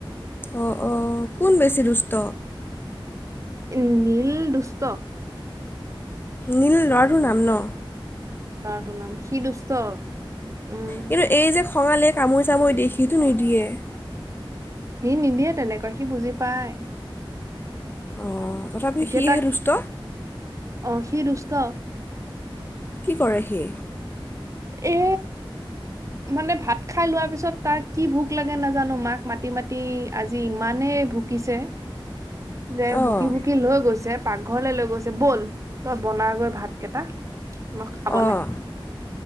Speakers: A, on the left; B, on the right.
A: অঁ অঁ কোন বেছি দুষ্ট?
B: এ, নীল দুষ্ট।
A: নীল ল'ৰাটোৰ নাম ন?
B: টো নাম, সি দুষ্ট। উম।
A: কিন্তু এই যে খঙালে কামুৰি চামুৰি দেখিটো নিদিয়ে।
B: সি নিদিয়ে তেনেকৈ, সি বুজি পায়।
A: অ'। তথাপি
B: এতিয়া
A: সি
B: তাক
A: হে দুষ্ট?
B: অ সি দুস্থ।
A: কি কৰে সি?
B: এ। মানে, ভাত খাই লোৱাৰ পিছত তাক কি ভোক লাগে নাজানো, মাক মাতি, মাতি, আজি ইমানেই ভুকিছে। যে ভুকি,
A: অঁ
B: ভুকি লৈ গৈছে। পাকঘৰলে লৈ গৈছে। ব'ল। তই বনাগৈ ভাতকেইটা, মই খাব
A: অঁ
B: লাগে।